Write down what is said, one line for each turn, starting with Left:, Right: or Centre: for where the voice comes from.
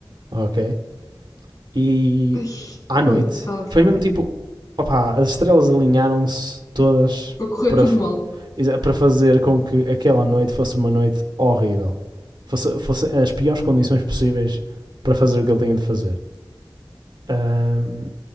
Right: ok? E
Left: Ai,
Right: à
Left: coitado.
Right: noite, foi mesmo tipo, opá, as estrelas alinharam-se todas
Left: Para correr
Right: para,
Left: tudo mal.
Right: para fazer com que aquela noite fosse uma noite horrível. Fosse, fosse as piores condições possíveis para fazer o que ele tinha de fazer. Ahm,